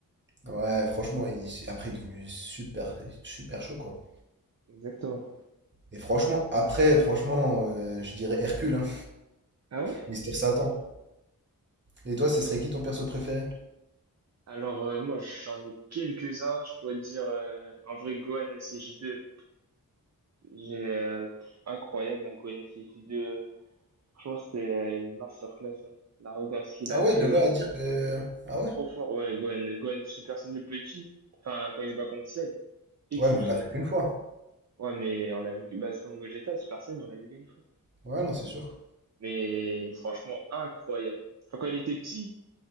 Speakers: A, on the right; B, on the right.
A: Ouais, franchement, il- après, il est devenu super, super chaud, quoi.
B: Exactement.
A: Et franchement, après, franchement, euh, je dirais Hercule, hein,
B: Ah ouais?
A: Mister Satan. Et toi, ce serait qui ton perso préféré?
B: Alors euh, moi j'en ai quelques-uns, je pourrais te dire euh, en vrai Gohan SJ2, j'ai euh, pff, incroyable un Gohan SJ2. Franchement c'était euh, une masterclass hein. L'arrogance qu'il
A: Ah
B: avait,
A: ouais, de là
B: il
A: à
B: est
A: dire que... Ah ouais?
B: trop fort. Ouais, Gohan, Gohan Super Saiyan de petit. Enfin quand il se bat contre Ciel, exceptionnel.
A: Ouais, mais on l'a vu qu'une fois.
B: Ouais mais on l'a vu que bah, c'est comme Gogeta, Super Saiyan, on l'a vu qu'une fois.
A: Ouais, non, c'est sûr.
B: Mais franchement incroyable. Enfin quand il était petit,